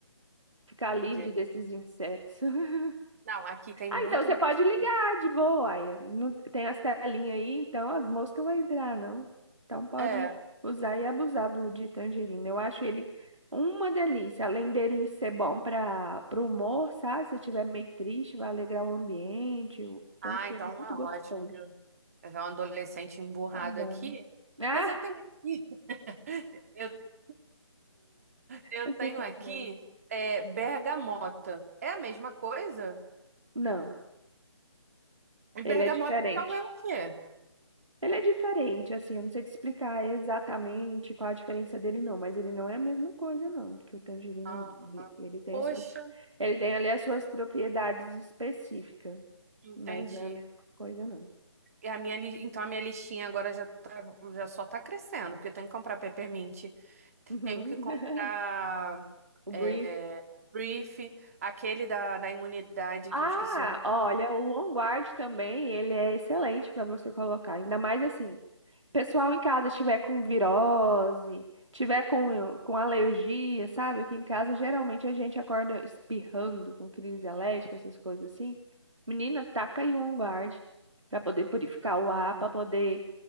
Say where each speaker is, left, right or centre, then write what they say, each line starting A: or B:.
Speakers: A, on the right; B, on the right.
A: ficar livre
B: De-
A: desses insetos. <laughs>
B: Não, aqui tem
A: Ah,
B: muito
A: então você
B: mosquito.
A: pode ligar de boa. Aí, não- tem as telinhas aí, então as moscas vão entrar, não. Então pode
B: É.
A: usar e abusar do de tangerina. Eu acho ele uma delícia. Além dele ser bom para o humor, sabe? Se estiver meio triste, vai alegrar o ambiente. o- Tem
B: Ah,
A: um cheiro
B: então
A: muito
B: é
A: gostoso.
B: ótimo. que Eu eu sou um adolescente emburrado
A: Adoro.
B: aqui,
A: Ah.
B: mas eu tenho aqui. <laughs> Eu
A: Esse
B: tenho
A: ator
B: aqui
A: é bom.
B: é, bergamota. É a mesma coisa?
A: Não,
B: E bergamota,
A: ele é diferente.
B: então, é o quê?
A: Ele é diferente, assim, eu não sei te explicar exatamente qual a diferença dele, não, mas ele não é a mesma coisa, não, que o tangerina.
B: Ah,
A: Ele,
B: ah.
A: ele tem
B: poxa,
A: suas, ele tem ali as suas propriedades específicas,
B: entendi.
A: mas não é a mesma coisa, não.
B: E a minha, li- então, a minha listinha agora já, tá, já só tá crescendo, porque eu tenho que comprar peppermint,
A: Uhum.
B: tenho que comprar
A: <laughs> O
B: é,
A: brief.
B: brief, aquele da, da imunidade,
A: Ah,
B: que eu esqueci o
A: olha, o On Guard também, ele é excelente para você colocar, ainda mais assim. pessoal em casa estiver com virose, tiver com, com alergia, sabe? Aqui em casa geralmente a gente acorda espirrando, com crise alérgica, essas coisas assim. Menina, taca aí um guarde para poder purificar
B: nome.
A: o ar, para poder,